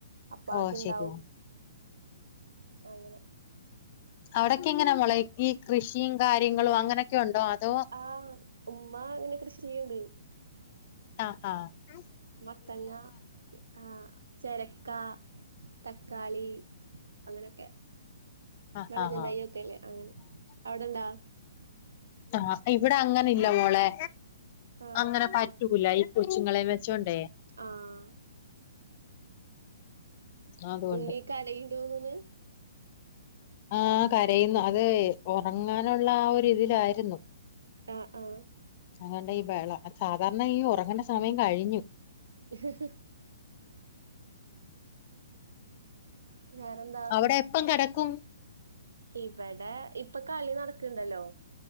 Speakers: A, on the right (about 85°); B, on the left (about 40°).
A: അപ്പ
B: ഓ
A: അതുണ്ടാവും
B: ശരിയാ
A: അങ്ങനെ
B: അവിടൊക്കെ എങ്ങനാ മോളെ ഈ കൃഷിയും കാര്യങ്ങളും അങ്ങനൊക്കെ ഒണ്ടോ അതോ
A: ആഹ് ഉമ്മ ഇങ്ങനെ കൃഷി ചെയ്യണ്ട്
B: ആഹ ആഹ <inaudible>
A: മത്തങ്ങ ആഹ ചെരക്ക തക്കാളി അങ്ങനെയൊക്കെ.
B: ആഹ്
A: മളക്
B: ആഹ്
A: ദൈ ഒക്കെല്ലേ അങ്ങനെ അവടെണ്ടാ?
B: ആ ഇവിടെ അങ്ങനെല്ല മോളെ
A: ആഹ്
B: അങ്ങനെ പ റ്റൂല ഈ കൊച്ചുങ്ങളെ വെച്ചോണ്ടേ
A: ആഹ
B: അതുകൊണ്ട്
A: ഉണ്ണി കരയിണ്ടോന്ന്ണ്.
B: ആഹ കരയുന്നു അത് ഇ ഉറങ്ങാനുള്ള ആ ഒരിതിലായിരുന്നു.
A: ആഹ ആഹ
B: അതുകൊണ്ടാ ഈ ബഹളം സാധാരണ ഈ ഉറങ്ങേണ്ട സമയം കഴിഞ്ഞു.
A: <inaudible> വേറെന്താ
B: അവടെ എപ്പം കടക്കും.
A: ഇവടെ ഇപ്പംകളി നടക്ക്ണ്ടല്ലോ?